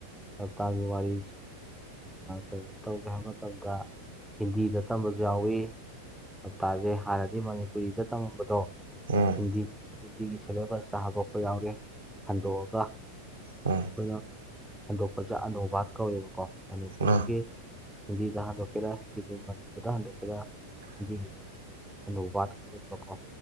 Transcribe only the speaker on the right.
ꯎꯝ
ꯎꯝ
ꯑꯥ